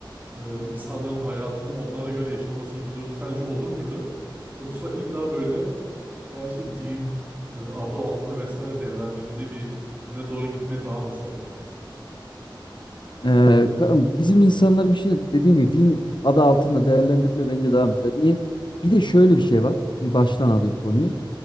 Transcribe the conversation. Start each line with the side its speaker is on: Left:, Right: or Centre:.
Right: e, insanların hayatını onlara göre yaşaması gibi bir durum sence olur muydu? Yoksa illa böyle her şey din e, adı altında vesaire değerlendirildiği bir yöne doğru gitmeye daha müsait.
Left: Ee, ka- bizim insanların için dediğim gibi din adı altında değerlendirme bence daha müsait. Niye? Bir de şöyle bir şey var. Bir baştan alayım konuyu.